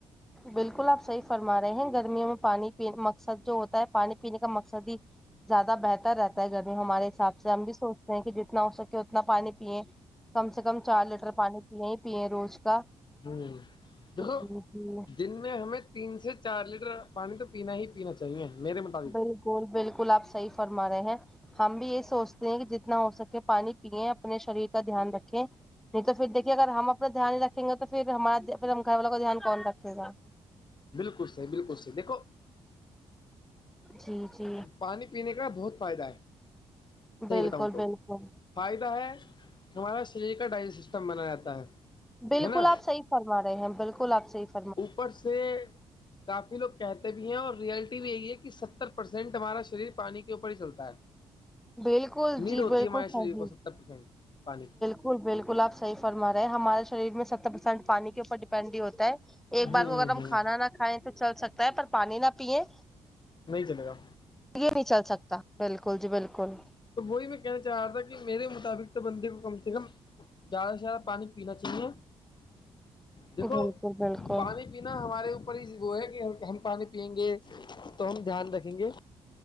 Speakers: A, in the centre; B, on the left.
A: بالکل آپ صحیح فرما رہے ہیں گرمیوں میں پانینے مقصد جو ہوتا ہے پانی پینے کا مقصد ہی زیادہ بہتر رہتا ہے گرمی ہمارے حساب سے ہم بھی سوچتے ہیں کہ جتنا ہو سکے اتنا پانی پیئے کم سے کم چار لیٹر پانی نہیں پیے روز کا
B: ہوں دیکھو
A: جی جی
B: دن ہمیں تین سے چار لیٹر پانی تو پینا ہی پینا چاہیے میرے مطابق
A: بالکل بالکل آپ صحیح فرما رہے ہیں ہم بھی یہ سوچتے ہیں کہ جتنا ہو سکے پانی پییں اپنے شریر کا دھیان رکھیں نہیں تو پھر دیکھیے اگر ہم اپنا دھیان ہی رکھیں گے تو پھر ہمارا پھر ہم گھر والوں کا دھیان کون رکھے گا
B: بالکل صحی بالکل صح دیکھو
A: جی جی
B: پانی پینے کا بہت فائدہ ہے صحیح
A: بالکل
B: بتاؤں تو
A: بالکل
B: فائدہ ہے ہمارا شریر کا ڈائجس سسٹم بنا رہتا ہے
A: بالکل
B: ہے نا
A: آ صحیح فرما رہے ہیں بالکل آپ صح
B: اوپر سے کافی لوگ کہتے بھی ہیں اور ریئلٹی بھی یہی ہے کہ ستر پرسینٹ ہمارا شریر پانی کے اوپر ہی چلتا ہے
A: بالکل
B: نیڈ
A: جی
B: ہوتی
A: بالکل
B: ہے ہمارے
A: صحیح
B: شریر کو ستر پرسینٹ پانی
A: بالکل بالکلپ صح فرم رہے ہمارے شریر میں ستر پرسینٹ پانی کےوپر ینڈ ہوتا ہے ایک
B: ہ
A: بار کو اگر
B: ہ
A: ہم کھانا نہ کھائیں تو چل سکتا ہے پر پانی نہ پیئے
B: نہیں جلے گا
A: نہیں چل سکتا بالکل جی بالکل
B: تو وہی میں کہنا چاہ رہا تھا کہ میرے مطابق تو بندے کو کم سے کم زیادہ سے زیادہ پانی پینا چاہیے دیکھو
A: بالکل بالکل
B: پانی پینا ہمارے اوپر ہی وہ ہے کہ ہم پانی پیئیں گے تو ہم دھیان رکھیں گے